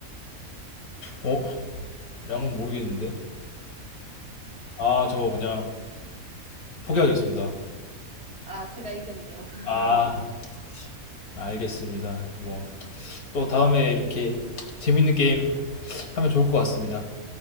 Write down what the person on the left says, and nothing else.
어, 량은 모르겠는데. 아, 저 그냥 포기하겠습니다.
아, 알겠습니다. 뭐, 또 다음에 이렇게 재밌는 게임 하면 좋을 것 같습니다.